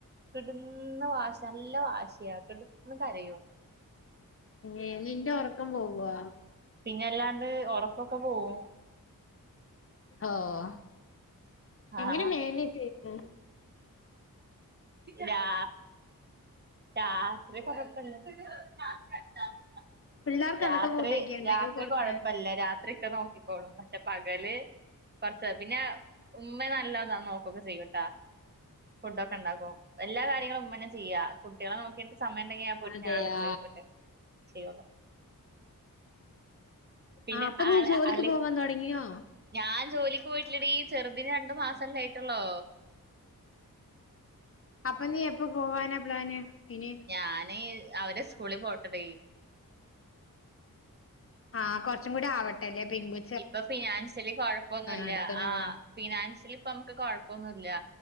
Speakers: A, on the right (about 30°); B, on the left (about 40°).
A: കെട്ന്ന് വാശാ നല്ല വാശ്യാ കെട്ന്ന് കരയും
B: ഏഹ് നിന്റെ ഒറക്കം പോവ്വാ
A: പിന്നല്ലാണ്ട് ഒറക്കൊക്കെ പോവും
B: ഓഹ്
A: ആഹ്
B: എങ്ങനെ മേനേജ്ജെയ്യ്‌ന്ന്
A: രാ രാത്രി കൊഴപ്പല്ല <unintelligible>
B: പിള്ളേർക്ക്
A: രാത്രി
B: എന്തൊക്കെ ഫുഡൊക്കെയാ ഇണ്ടാക്കി
A: രാത്രി
B: കൊടുക്കണേ
A: കൊഴപ്പല്ല രാത്രി ഇക്ക നോക്കിക്കോളും പക്ഷെ പകല് കുറച്ച് പിന്നെ ഉമ്മ നല്ലാ നോക്കൊക്കെ ചെയ്യട്ടാ ഫുഡ് ഒക്കെ ഇണ്ടാക്കും എല്ലാ കാര്യങ്ങളും ഉമ്മന്നെ ചെയ്യാ കുട്ടികളെ നോക്കിയിട്ട് സമയണ്ടെങ്കിൽ ഞാൻ പോയിട്ട്
B: അതെയാ
A: ഞാൻ അട്ക്കളയിൽ പോയിട്ട് ചെയ്യുള്ളു പിന്നെ
B: ആ അപ്പൊ നീ ജോലിക്ക്
A: അളി
B: പോവാൻ തുടങ്ങിയോ
A: ഞാൻ ജോലിക്ക് പോയിട്ടില്ലടീ ചെറുതിന് രണ്ടു മാസല്ലേ ആയിട്ടൊള്ളോ
B: അപ്പൊ നീ എപ്പ പോവാനാ പ്ലാന് ഇനി
A: ഞാന് അവര് സ്കൂളിൽ പോട്ടടീ
B: ആഹ് കൊറച്ചും കൂടി ആവട്ടല്ലെ പെൺകു
A: ഇപ്പൊ ഫിനാൻഷ്യലി കൊഴപ്പൊന്നുല്ല
B: അടുത്തന്നെ
A: ആ
B: പോണം
A: ഫിനാൻഷ്യലി ഇപ്പൊ നമ്മക്ക് കൊഴപ്പൊന്നുല്ല